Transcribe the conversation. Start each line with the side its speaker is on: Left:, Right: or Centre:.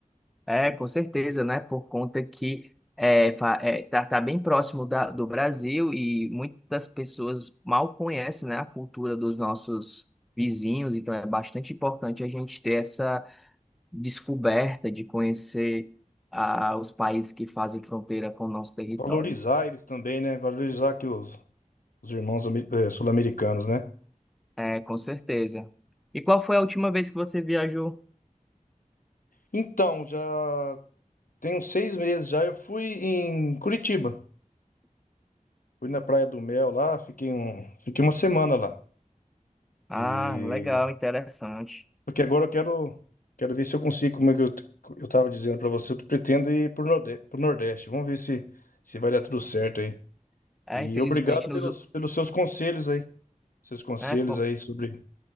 Centre: É, com certeza, né? Por conta que é, fa- é, tá, tá bem próximo da, do Brasil e muitas pessoas mal conhecem, né, a cultura dos nossos vizinhos, então é bastante importante a gente ter essa descoberta, de conhecer ah, os países que fazem fronteira com o nosso território.
Left: Valorizar eles também, né? Valorizar aqui os, os irmãos ame- eh, sul-americanos, né?
Centre: É, com certeza. E qual foi a última vez que você viajou?
Left: Então, já tem uns seis meses já, eu fui em Curitiba. Fui na Praia do Mel lá, fiquei, um, fiquei uma semana lá.
Centre: Ah,
Left: E...
Centre: legal, interessante.
Left: Porque agora eu quero, quero ver se eu consigo, como é que eu, t- eu tava dizendo para você, eu pretendo ir pro Nordeste, pro Nordeste. Vamos ver se, se vai dar tudo certo aí.
Centre: É,
Left: E
Centre: infelizmente,
Left: obrigado pelos,
Centre: nos...
Left: pelos seus conselhos aí. Seus conselhos
Centre: é, com-
Left: aí sobre